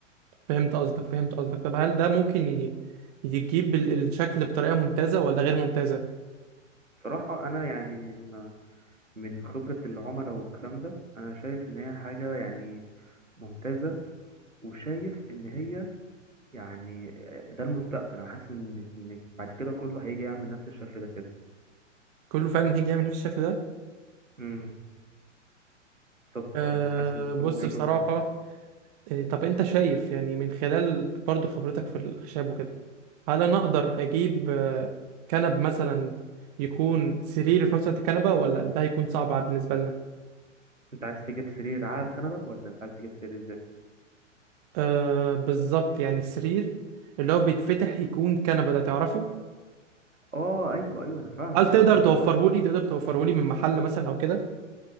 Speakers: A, on the right; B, on the right.
A: فهمت قصدك فهمت قصدك طب هل ده ممكن ي... يجيب ال- الشكل بطريقة ممتازة ولا غير ممتازة
B: بصراحه انا يعني من من خبره العملاء والكلام ده انا شايف ان هي حاجه يعني ممتازه وشايف ان هي يعني ده المستقبل انا حاسس ان ان بعد كده كله هيجي يعمل نفس الشكل ده كده
A: كله فعلا هيجي يعمل نفس الشكل ده
B: امم بالظبط
A: أه
B: اه يعني انا حاسس ان كلهم
A: بص
B: هيجوا
A: بصراحة
B: يعني
A: آه، طب انت شايف يعني من خلال برضو خبرتك في الخشب وكده هل انا اقدر اجيب آه، كنب مثلا يكون سرير في نفس الوقت كنبه ولا ده هيكون صعب بالنسبه لنا
B: انت عايز تجيب سرير على كندا ولا انت عايز تجيب سرير ازاي
A: أه بالظبط يعني السرير اللي هو بيتفتح يكون كنبه ده تعرفه
B: اه ايوه ايوه انا فاهمك
A: هل تقدر
B: طب انت
A: توفره لي تقدر توفره لي من محل مثلا او كده